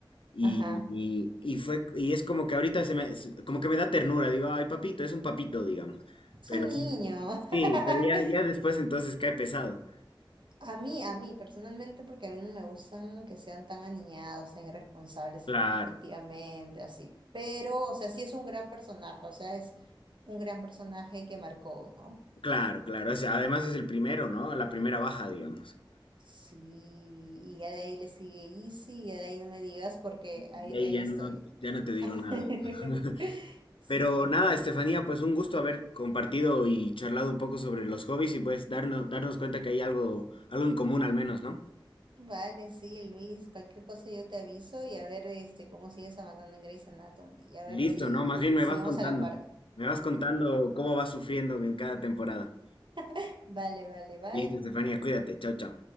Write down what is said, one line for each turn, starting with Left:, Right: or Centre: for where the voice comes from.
Left: Y,
Right: Ajá,
Left: y- y fue, y es como que ahorita se me, es- como que me da ternura, digo, ay, papito, es un papito, digamos.
Right: es
Left: Pero
Right: un niño.
Left: sí, sí,
Right: <laughs>
Left: pero ya, ya después entonces cae pesado.
Right: A mí, a mí personalmente, porque a mí no me gustan que sean tan aniñados, tan irresponsables
Left: Claro,
Right: afe- afectivamente, así. Pero, o sea, sí es un gran personaje, o sea, es un gran personaje que marcó, ¿no?
Left: claro, claro. O sea, además es el primero, ¿no? La primera baja, digamos.
Right: Sí, y ya de ahí le sigue Easy, y ya de ahí no me digas porque
Left: De
Right: ahí,
Left: ahí
Right: ahí
Left: ya
Right: estoy.
Left: no, ya no te digo
Right: <laughs>
Left: nada. <laughs>
Right: Sí.
Left: Pero nada, Estefanía, pues un gusto haber compartido y charlado un poco sobre los hobbies y pues darnos, darnos cuenta que hay algo, algo en común al menos, ¿no?
Right: Vale, sí, Luis, cualquier cosa yo te aviso y a ver este cómo sigues avanzando en Grey's Anatomy y a ver
Left: Listo,
Right: si,
Left: no, más bien me
Right: si
Left: vas
Right: vamos
Left: contando.
Right: a la par.
Left: Me vas contando cómo vas sufriendo en cada temporada.
Right: <laughs> Vale, vale, bye.
Left: Listo, Estefanía, cuídate. Chao, chao.